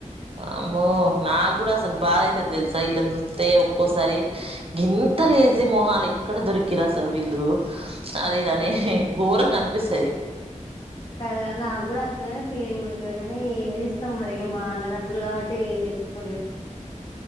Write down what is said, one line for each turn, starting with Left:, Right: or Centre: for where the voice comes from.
Right: అమో నాకు కూడా అసలు బాధ అైతుది తెలుసా వీళ్ళని చూస్తే ఒక్కోసారి ఇంత లేజీ మోహాలు ఇక్కడ దొరికిరా అసలు వీళ్ళు అది ఇదని ఘోరంగా ఆనిపిస్తుది
Left: కద నాకు కూడా అట్ల ఫీలింగ్ అతుంది కానీ ఏం చేస్తాం మరికి మా అన్న దమ్యలు కాబట్టి ఏం చెప్పుకోలే